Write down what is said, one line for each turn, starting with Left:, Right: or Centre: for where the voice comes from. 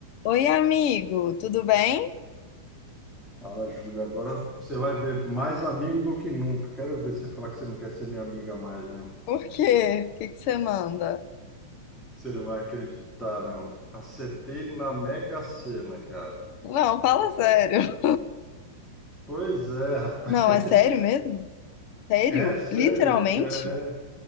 Left: Oi, amigo, tudo bem?
Centre: Fala, Júlia. Agora você vai ver mais amigo do que nunca. Quero ver você falar que você não quer ser minha amiga mais, meu.
Left: Por quê? O que que você manda?
Centre: Você não vai acreditar, meu. Acertei na Mega Sena, cara.
Left: Não, fala sério.
Centre: Pois é, rapaz.
Left: Não,
Centre: <laughs>
Left: é sério mesmo? Sério?
Centre: É sério,
Left: Literalmente?
Centre: cara.